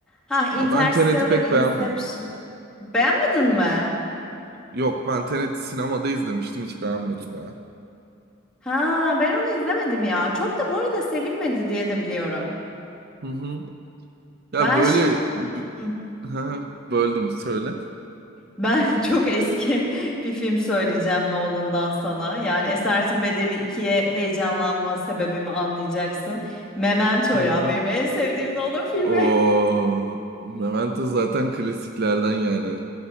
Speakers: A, in the centre; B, on the right.
A: Ha Interstellar,
B: Ya ben Tenet'i pek
A: Inception.
B: beğenmedim.
A: Beğenmedin mi?
B: Yok ben Tenet'i sinemada izlemiştim hiç beğenmedim ya.
A: Ha ben onu izlemedim ya. Çok da bu arada sevilmedi diye de biliyorum.
B: Hı hı. Ya
A: Ben
B: böyle
A: şimdi
B: b-
A: Hı.
B: ha, böldüm söyle.
A: ben <laughs> çok eski <laughs> bir film söyleyeceğim Nolan'dan sana. Yani Esaretin Bedeli ikiye heyecanlanma sebebimi anlayacaksın. Memento
B: Hı
A: ya
B: hı.
A: benim en sevdiğim Nolan filmi.
B: Oo, Memento zaten klasiklerden yani